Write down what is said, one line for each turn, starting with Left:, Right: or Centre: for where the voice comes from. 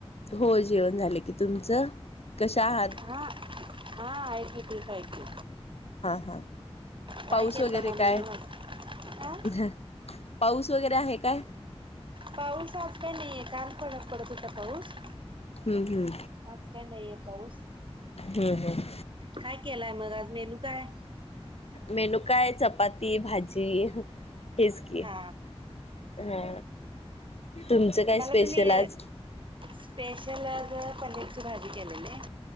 Left: हो, जेवण झालं की. तुमचं? कशा आहात?
Right: हां हां, ऐक ठीक, हाय की
Left: हां, हां
Right: काय
Left: पाऊस
Right: केलता
Left: वगैरे
Right: मग मेनू
Left: काय?
Right: आज? आ
Left: ह्हणं. पाऊस वगैरे, आहे काय?
Right: पाऊस आज काय नही, काल पडत-पडत होता पाऊस.
Left: हम्म हम्म
Right: आज काय नहीये पाऊस.
Left: हम हम.
Right: काय केलाय म, आज मेनू काय?
Left: मेनू काय, चपाती भाजी, ह्हणं. हेच की
Right: हा
Left: हा तुमचं काय
Right: मला
Left: स्पेशल
Right: तुम्ही
Left: आज?
Right: स्पेशल आज पनीरची भाजी केलीया मी.